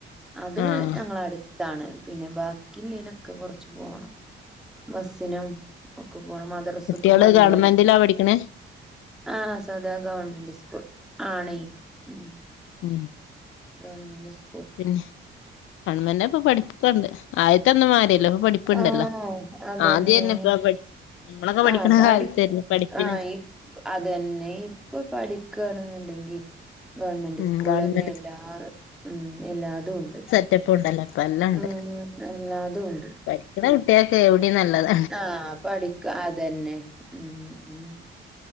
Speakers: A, in the centre; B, on the left.
A: അത്
B: ആഹ്
A: ഞങ്ങള അടുത്താണ് പിന്നെ ബാ ഇല്ല്യേ നൊക്കെ കൊറച്ചു പോണം ബസ്സിനും ഒക്കെ പോണം, മദ്രസക്കും
B: കുട്ടികള്
A: വണ്ടിയാണ്
B: ഗവൺമെന്റിലാ പഠിക്കണേ
A: ആഹ് സാധാ ഗവൺമെന്റ് സ്കൂൾ ആണെ ഉം
B: ഉം
A: ഗവൺമെന്റ് സ്
B: പിന്നെ ഗവണ്മെന്റിൽ ഇപ്പൊ പഠിപ്പിക്കണ്ട് ആദ്യത്തന്നു മാരിയല്ലല്ലോ ഇപ്പൊ പഠിപ്പ് ണ്ടല്ലോ
A: ആഹ് അതന്നെ
B: ആ ആദ്യന്നെ <inaudible> ഞമ്മളൊക്കെ പഠിക്കണ
A: ആഹ് പാടി
B: കാലത്തായ്രുന്നു പഠിപ്പിന്
A: ആഹ് ഈ അതന്നെ ഇപ്പൊ പഠിക്കാണെന്നുണ്ടെങ്കി ഗവൺമെന്റ്
B: ഉം
A: സ്കൂളിലന്നെ
B: ഗവൺമെന്റ്
A: എല്ലാ മ്മ് എല്ലാതും ഉണ്ട്.
B: സെറ്റപ്പ് ഉണ്ടല്ലോ ഇപ്പ എല്ലാം ഉണ്ട്
A: ഉം എല്ലാതും ഉണ്ട്
B: പഠിക്കുന്ന കുട്ടികൾക്ക് എവിടെയും നല്ലത
A: ആഹ് പഠിക്കും അതന്നെ ഉം ഉം